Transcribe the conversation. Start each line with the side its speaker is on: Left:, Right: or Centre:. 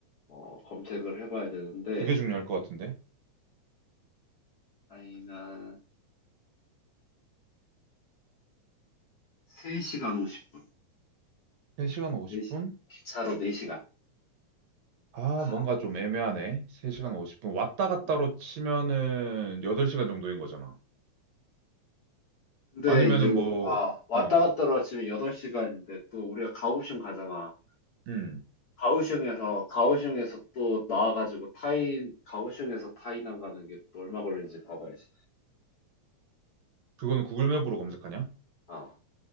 Left: 어, 검색을 해봐야 되는데
Right: 그게 중요할 것 같은데?
Left: 타이난 3시간 50분.
Right: 3시간 50분?
Left: 네 시 기차로 4시간
Right: 아,
Left: 가.
Right: 뭔가 좀 애매하네. 3시간 50분. 왔다 갔다로
Left: 네.
Right: 치면은 8시간 정도인 거잖아.
Left: 근데
Right: 아니면은
Left: 이제 우-
Right: 뭐,
Left: 아, 왔다
Right: 어,
Left: 갔다 하러 아침에 8시간인데 또 우리가 가오슝 가잖아.
Right: 음.
Left: 가오슝에서 가오슝에서 또 나와가지고 타이 가오슝에서 타이난 가는 게 또 얼마 걸리는지 봐봐야지.
Right: 그거는 구글 맵으로 검색하냐?
Left: 아